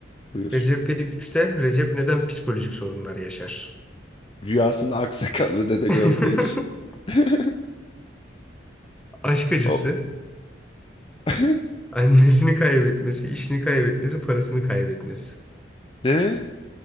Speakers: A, on the left; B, in the centre.
A: buyur.
B: Recep İvedik 3'te Recep neden psikolojik sorunlar yaşar?
A: Rüyasında aksakallı dede
B: <laughs>
A: gördüğü iş. <laughs>
B: Aşk acısı,
A: O... <laughs>
B: Annesini kaybetmesi, işini kaybetmesi, parasını kaybetmesi.
A: Ne?